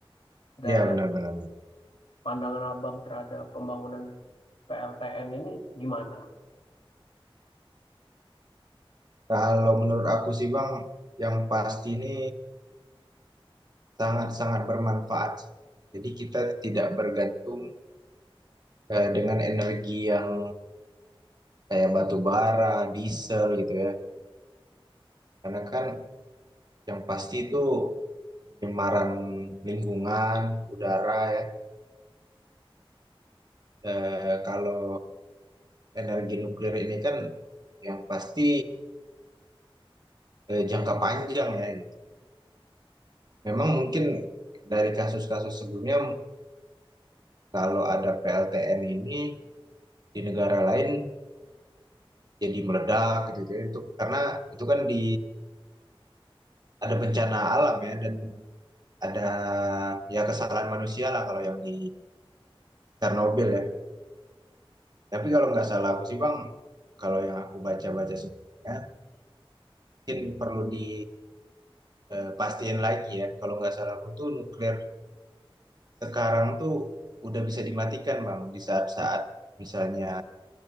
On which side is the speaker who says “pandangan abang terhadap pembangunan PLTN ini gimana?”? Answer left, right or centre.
Left